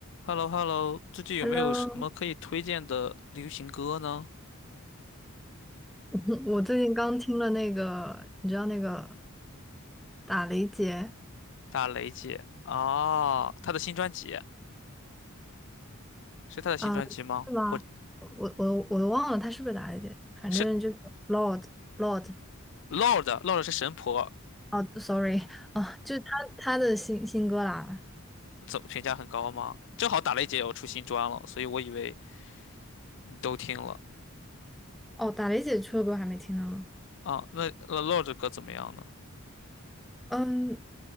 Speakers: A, on the left; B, in the centre.
A: h e l l o h e l l o 最近有没有什么可以推荐的流行歌呢？
B: Hello，<laughs> 我最近刚听了那个，你知道那个打雷姐
A: 打雷姐啊，她的新专辑是她的新专辑吗？
B: 啊，是吗？
A: 我
B: 我我我都忘了她是不是打雷姐，反正就是
A: 是
B: Lord Lord
A: Lord，Lord 是神婆，
B: 哦，sorry 啊，就是她她的新新歌啦。
A: 走评价很高吗？正好打雷姐也要出新专了，所以我以为你都听了
B: 哦，打雷姐出的歌还没听呢。
A: 啊。那那 Lord 的歌怎么样呢？
B: 嗯，